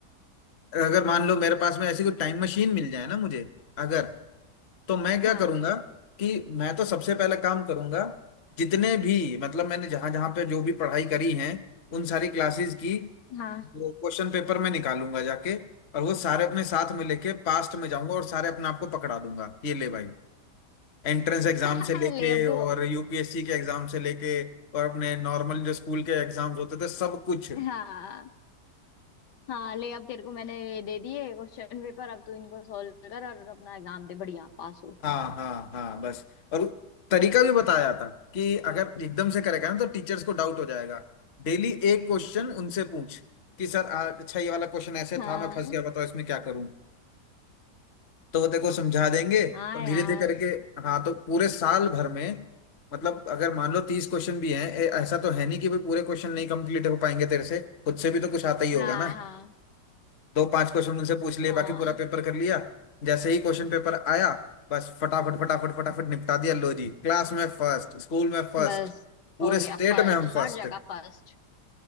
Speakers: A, on the left (about 50°); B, on the left (about 75°).
A: अगर मान लो मेरे पास में ऐसी कोई टाइम मशीन मिल जाए ना मुझे अगर तो मैं क्या
B: हाँ
A: करूंगा कि मैं तो सबसे पहला काम करूंगा जितने भी मतलब मैंने जहां जहां पे जो भी पढ़ाई करी है उन सारी क्लासेस की
B: हाँ
A: वो क्वेश्चन पेपर में निकालूंगा जाके और वो सारे अपने साथ में लेके पास्ट में जाऊंगा और सारे अपने आप को पकड़ा दूंगा ये ले भाई एंट्रेंस एग्जाम
B: <laughs>
A: से लेके
B: ले अब
A: और
B: तू
A: यूपीएससी के एग्जाम से लेके और अपने नॉर्मल जो स्कूल के एग्जाम्स होते थे सब कुछ
B: हाँ हाँ ले अब तेरे को मैंने ये दे दिए क्वेश्चन पेपर अब तू इनको सॉल्व कर और अपना एग्जाम दे बढ़िया पास हो
A: हाँ हाँ हाँ बस और तरीका भी बताया था कि अगर एकदम से करेगा ना तो टीचर्स को डाउट हो जाएगा डेली एक क्वेश्चन उनसे पूछ कि सर आ, अच्छा ये वाला क्वेश्चन ऐसे
B: हाँ
A: था मैं फंस गया बताओ इसमें क्या करूं तो वो तेरे को समझा देंगे
B: हाँ
A: और धीरे
B: यार
A: धीरे करके हाँ तो पूरे साल भर में मतलब अगर मान लो तीस क्वेश्चन भी हैं ए- ऐसा तो है नहीं कि भाई पूरे क्वेश्चन नहीं कंप्लीट हो पाएंगे तेरे से खुद से भी तो कुछ आता ही होगा
B: हाँ
A: ना
B: हाँ
A: दो पांच क्वेश्चन उनसे पूछ लिए
B: हाँ
A: बाकी पूरा पेपर कर लिया जैसे ही क्वेश्चन पेपर आया बस फटाफट फटाफट फटाफट निपटा दिया लो जी क्लास में फर्स्ट स्कूल में फर्स्ट
B: बस
A: पूरे
B: हो गया
A: स्टेट
B: फर्स्ट
A: में हम फर्स्ट
B: हर जगह फर्स्ट